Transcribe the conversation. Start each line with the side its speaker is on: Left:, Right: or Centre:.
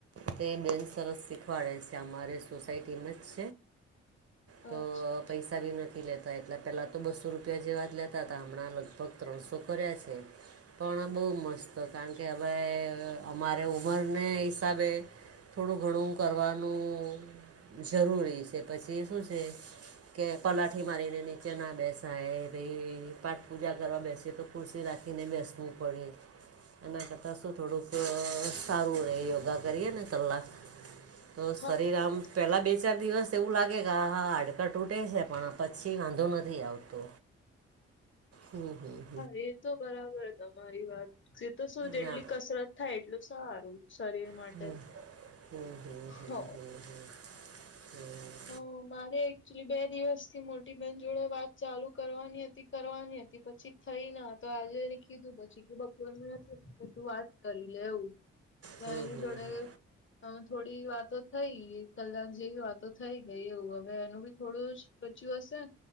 Right: તે બેન સરસ શીખવાડે છે અમારે સોસાયટીમાં જ.
Left: અચ્છા
Right: તો
Left: અચ્છા
Right: પૈસા બી નથી લેતા. એટલા પહેલાં તો બસો રૂપિયા જેવા જ લેતા હતા હમણાં લગભગ ત્રણસો કર્યા છે. પણ બહુ મસ્ત કારણ કે હવે અમારે ઉંમરને હિસાબે. થોડું ઘણું કરવાનું. જરૂરી છે પછી શું છે. કે પલાઠી મારીને નીચે ના બેસાય ભાઈ પાઠ પૂજા કરવા બેસી તો. કુરસી રાખીને બેસવું પડે એના કરતાં શું થોડુંક. સારું રહે યોગા કરીએ ને કલાક તો શરીર
Left: હા
Right: આમ
Left: બરાબર.
Right: પેલા બે. બે ચાર દિવસ તો એવું લાગે કે આ હા હાડકા તૂટે છે પણ પછી વાંધો નથી આવતો. હમ હમ.
Left: હા એ તો બરાબર તમારી વાત જે તો શું જેટલી
Right: ના
Left: કસરત થાય એટલું સારું શરીર. માટે.
Right: હમ હમ હ હ
Left: હો
Right: હ હ હમ.
Left: હ મારે એકચુલી બે દિવસ થી મોટી બહેન જોડે વાત ચાલુ કરવાની હતી કરવાની હતી પછી. થઈ ના તો આજે એને કીધું પછી કે બપોનું નથી કે તું વાત કરી લેવું.
Right: હમ
Left: એની
Right: હમ
Left: જોડે
Right: હમ.
Left: આમાં થોડી વાતો થઈ કલાક જેવી વાત. તો થઈ ગઈ એવું હવે એનું બી થોડું બચ્યું હશે